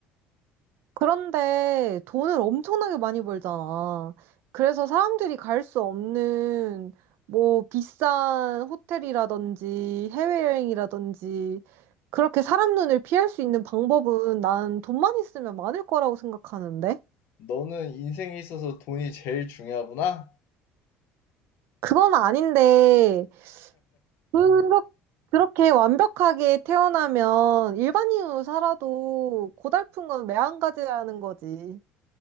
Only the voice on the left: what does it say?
너는 인생에 있어서 돈이 제일 중요하구나?